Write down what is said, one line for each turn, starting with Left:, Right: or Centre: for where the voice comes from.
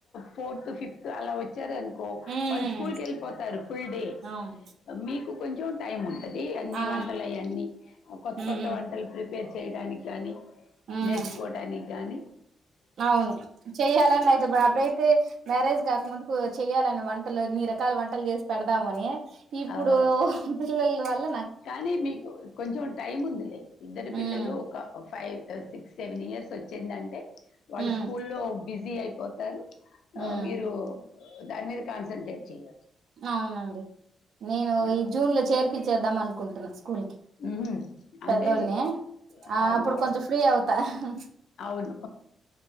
Left: ఫోర్త్ ఫిఫ్త్ లాలఓయ్ చారు అనుకో
Right: ఉమ్
Left: వాళ్ళు స్కూల్ కి వెళ్ళిపోతారు ఫుల్ డే
Right: అవును
Left: మీకు కొంచెం టైం ఉంది అన్ని
Right: ఆ
Left: వంటలుయన్నీ కొత్త
Right: ఉమ్
Left: కొత్త వంటలు ప్రిపేర్ చేయడానికి కానీ
Right: ఉమ్
Left: నేర్చుకోవడానికి కానీ
Right: అవును చెయ్యాలని అయితే అప్పుడైతే మ్యారేజ్ కా అందుకో చెయాలని వంటలు ఎన్ని రకాల వంటలు చేసి పెడదామని ఇప్పుడు
Left: ఆ!
Right: పి వాళ్ళ
Left: కానీ మీకు కొంచెం టైం ఉందిలే ఇద్దరు పిల్లలు
Right: ఉమ్
Left: ఒక ఒక ఫైవ్ సిక్స్ సెవెన్ ఇయర్స్ వచ్చిందంటే వాళ్ళ
Right: ఉమ్
Left: స్కూల్లో బిజీ అయిపోతారు ఆ
Right: ఉమ్
Left: మీరు దాని మీద కాన్సెంటట్రేట్ చేయ
Right: అవునండి నేను ఈ
Left: అవును
Right: జూన్ లో చేర్పించేద్దాం అనుకుంటుానా అ స్కూల్ కి
Left: ఉహుం, అంతేలే
Right: పెద్దోని ఆ
Left: అవునవును
Right: అప్పుడు కొంచెం ఫ్రీ అవుతా హస్
Left: అవును